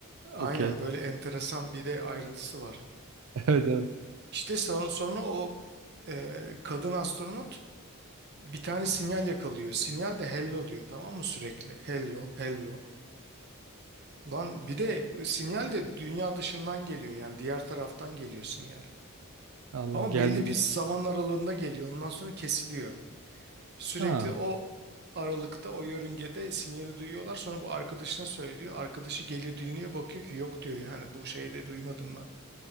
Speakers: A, on the right; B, on the right.
A: Aynen
B: Okey.
A: böyle enteresan bir de ayrıntısı var.
B: Evet evet.
A: İşte sonra, sonra o e, kadın astronot bir tane sinyal yakalıyor. Sinyal de hello diyor tamam mı sürekli? Hello, hello. Lan bir de sinyal de dünya dışından geliyor yani diğer taraftan geliyor sinyal.
B: Allah
A: Ama
B: geldi.
A: belli bir zaman aralığında geliyor. Ondan sonra kesiliyor. Sürekli
B: Ha.
A: o aralıkta o yörüngede sinyali duyuyorlar. Sonra bu arkadaşına söylüyor. Arkadaşı geliyor dinliyor bakıyor ki yok diyor yani bu şeyi de duymadım ben.